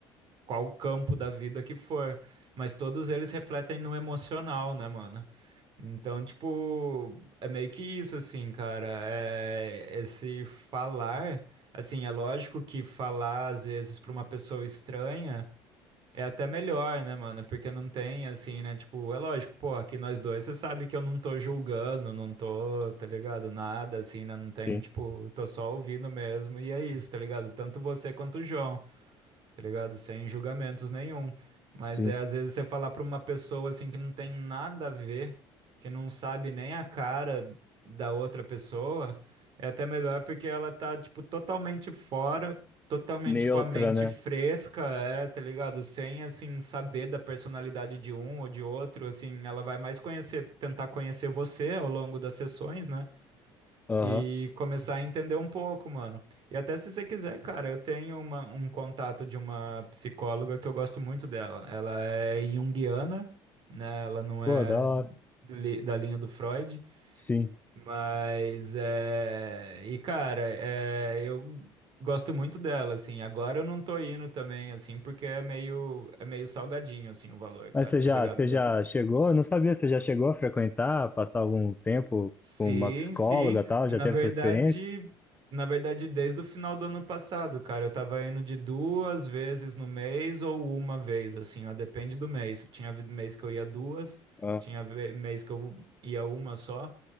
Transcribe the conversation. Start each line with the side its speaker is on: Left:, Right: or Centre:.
Right: qual campo da vida que for. Mas todos eles refletem no emocional, né, mano? Então, tipo, é meio que isso, assim, cara. É esse falar, assim, é lógico que falar, às vezes, pra uma pessoa estranha é até melhor, né, mano? Porque não tem, assim, né? Tipo, é lógico, pô, aqui nós dois, você sabe que eu não tô julgando, não tô, tá ligado? Nada, assim, né? Não tem,
Left: Sim,
Right: tipo, tô só ouvindo mesmo. E é isso, tá ligado? Tanto você quanto o João tá ligado? Sem julgamentos nenhum. Mas
Left: sim.
Right: é às vezes você falar pra uma pessoa assim que não tem nada a ver, que não sabe nem a cara da outra pessoa, é até melhor porque ela tá, tipo, totalmente fora, totalmente
Left: Neutra,
Right: com a mente
Left: né?
Right: fresca, é, tá ligado? Sem, assim, saber da personalidade de um ou de outro, assim, ela vai mais conhecer, tentar conhecer você ao longo das sessões, né?
Left: Aham.
Right: e começar a entender um pouco, mano. E até se você quiser, cara, eu tenho uma- um contato de uma psicóloga que eu gosto muito dela. Ela é junguiana, né? Ela não
Left: Pô,
Right: é
Left: da hora.
Right: do li- da linha do Freud,
Left: Sim.
Right: mas é... E, cara, é... eu gosto muito dela, assim. Agora eu não tô indo também, assim, porque é meio, é meio salgadinho, assim, o valor, cara,
Left: Mas você
Right: tá
Left: já,
Right: ligado?
Left: você já chegou? Eu não sabia, você já chegou a frequentar, passar algum tempo
Right: Sim,
Left: com uma psicóloga
Right: sim.
Left: e tal?
Right: Na
Left: Já teve
Right: verdade,
Left: essa experiência?
Right: na verdade, desde o final do ano passado, cara, eu tava indo de duas vezes no mês ou uma vez, assim, ó, depende do mês. Tinha vi- mês que eu ia duas,
Left: Ah.
Right: tinha ve- mês que eu ia uma só.